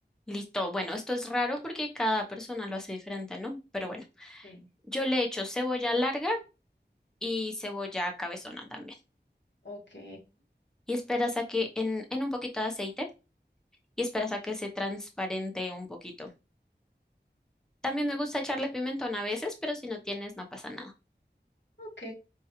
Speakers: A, in the centre; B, on the left (about 75°).
A: Listo. Bueno, esto es raro porque cada persona lo hace diferente, ¿no? Pero bueno,
B: Sí.
A: yo le echo cebolla larga y cebolla cabezona también.
B: Ok,
A: Y esperas a que en, en un poquito de aceite. y esperas a que se transparente un poquito. También me gusta echarle pimentón a veces, pero si no tienes, no pasa nada.
B: ok.